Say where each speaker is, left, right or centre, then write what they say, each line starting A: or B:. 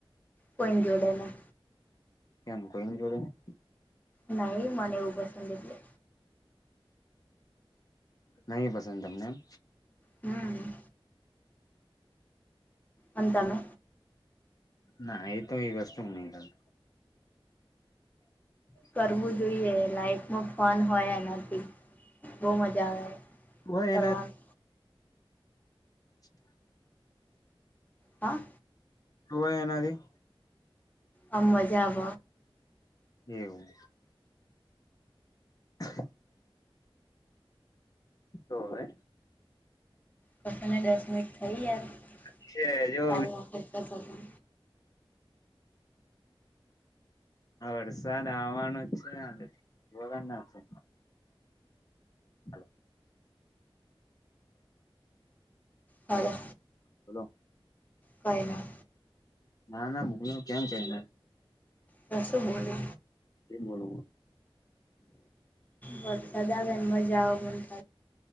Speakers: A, on the left; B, on the left.
A: કોઈ જોડે ના.
B: એમ કોઈ જોડે નઈ.
A: ન ઇ મને એવું પંસદ એટલે.
B: નહી પસંદ તમને એમ.
A: હમ. અન તને.
B: ના એ તો એ વસ્તુ નઈં તા. હ <inaudible>
A: કરવું જોઈએ લાઈફમાં ફન હોય એનાથી બહુ મજા આવે.
B: હોય
A: કરવાનું.
B: એના. <inaudible>
A: હા.
B: તું એનાથી.
A: આમ મજા આવ.
B: એવું. <inaudible> તોવે.
A: પ તને દસ મિનિટ થઈ યાર
B: વચ્ચે
A: <inaudible>
B: જો
A: ચારી વખત
B: વરસાદ આવવાનો જ છે અને વગરના છે. હલો.
A: હલો
B: હેલો બોલો
A: કાય ના.
B: ના ના મુગલો કેમ કે એને.
A: કશું બોલે.
B: કેમ બોલ ઉ.
A: વરસાદ આવે મજા આવે ને.